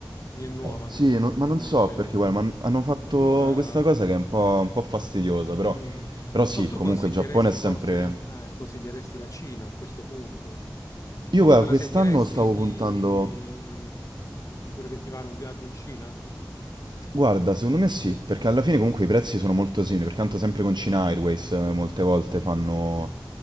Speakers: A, on the left (about 45°); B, on the right (about 75°).
A: Mi è nuova
B: Sì,
A: questa
B: non-
A: cosa,
B: ma non
A: non
B: so
A: lo sapevo.
B: perché, guarda, ma han- hanno fatto
A: Allora,
B: questa cosa che è un po', un po' fastidiosa, però,
A: mm.
B: però sì,
A: Oh, tu
B: comunque
A: consiglieresti
B: il Giappone è sempre...
A: forse, eh, consiglieresti la Cina a questo punto?
B: Io,
A: Ma
B: guarda,
A: tu te la
B: quest'anno
A: sentiresti
B: stavo
A: di,
B: puntando...
A: di- di preventivare un viaggio in Cina?
B: Guarda, secondo me sì, perché alla fine comunque i prezzi sono molto simili, perché tanto sempre con China Airways eh, molte volte fanno,